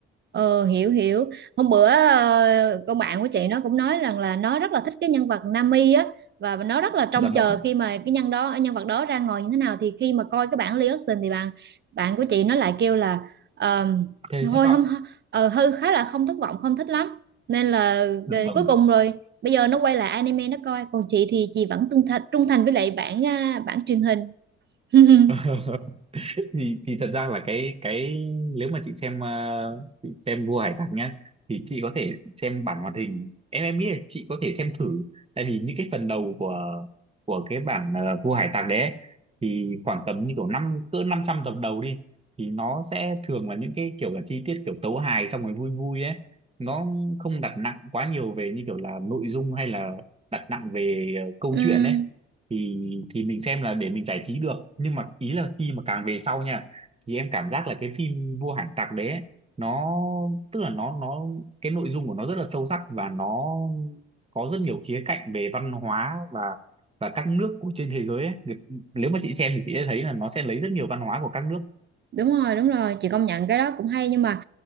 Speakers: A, on the right; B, on the right.
A: Ờ, hiểu hiểu hôm bữa ờ, con bạn của chị nó cũng nói rằng là nó rất là thích cái nhân vật Nami á và nó rất là trông
B: Dạ
A: chờ
B: vâng.
A: khi mà cái nhân đó nhân vật đó ra ngồi như thế nào thì khi mà coi cái bản reaction thì bạn bạn của chị nó lại kêu là ờ,
B: Thế
A: thôi
B: thất vọng.
A: không ờ, hư khá là không thất vọng không thích lắm nên là
B: Dạ
A: ờ,
B: vâng.
A: cuối cùng rồi bây giờ nó quay lại anime nó coi còn chị thì chị vẫn trung thành trung thành với lại bản à, bản truyền hình <laughs>
B: <laughs> <laughs> thì thì thật ra là cái cái nếu mà chị xem ờ, chị xem vua hải tặc nhá thì chị có thể xem bản hoạt hình em em nghĩ là chị có thể xem thử tại vì những cái phần đầu của của cái bản ờ, vua hải tặc đấy ấy, thì khoảng tầm như kiểu năm cỡ 500 tập đầu đi thì nó sẽ thường là những cái kiểu là chi tiết kiểu tấu hài xong rồi vui vui ấy nó không đặt nặng quá nhiều về như kiểu là nội dung hay là đặt nặng về ờ, câu
A: Ừm,
B: chuyện ấy thì thì mình xem là để mình giải trí được nhưng mà ý là khi mà càng về sau nha thì em cảm giác là cái phim Vua Hải Tặc đấy ấy, nó tức là nó nó cái nội dung của nó rất là sâu sắc và nó có rất nhiều khía cạnh về văn hóa và và các nước của trên thế giới ấy. Nếu mà chị xem thì chị sẽ thấy là nó sẽ lấy rất nhiều văn hóa của các nước
A: đúng rồi đúng rồi chị công nhận cái đó cũng hay nhưng mà